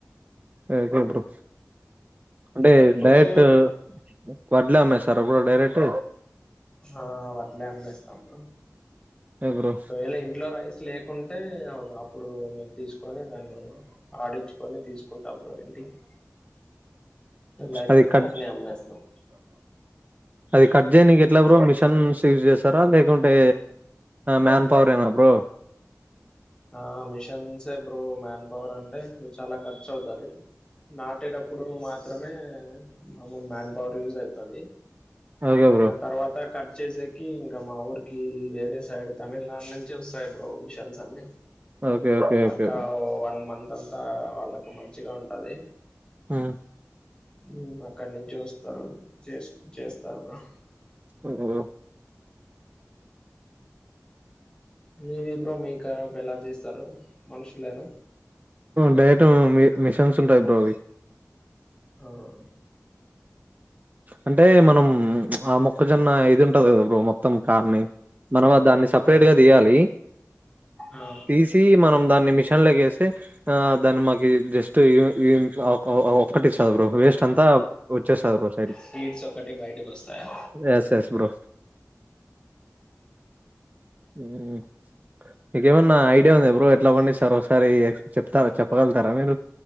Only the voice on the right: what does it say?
ఓకే బ్రో అంటే
డైరెక్ట్డై వడ్లే అమ్మే సరే పో డైరెక్ట్
ఏ బ్రో
అది కట్
అది కట్ చేయనికి ఎట్లా బ్రో మిషన్స్ సిజ్ చేస్తారా లేకుంటే మ్యాన్ పవర్ ఏనా బ్రో
ఓకే బ్రో
ఓకే ఓకే
ఓకే
ఆ
ఓఓ
డైట మిషన్స్ ఉంటాయి బ్రో
అంటే మనం ఆ మొక్కజొన్న ఇది ఉంటది కదా బ్రో మొ మొత్తం కార్ని మనం దాన్ని సపరేట్
గా తీయాలి
తీసి మనం దాన్ని మిషన్ల కేసి ఆ దాని మాకి జస్ట్ ఇ ఒక్కటి ఇస్తుంది బ్రో వేస్ట్ అంతా వచ్చేస్తాది బ్రో సైడ్ కి
ఎస్ ఎస్ బ్రో హు మీకేమన్నా ఐడియా ఉంది ఎ బ్రో ఎట్లా పండిస్తారొ ఒకసారి చెప్తారా చెప్పగలుతారా మీరు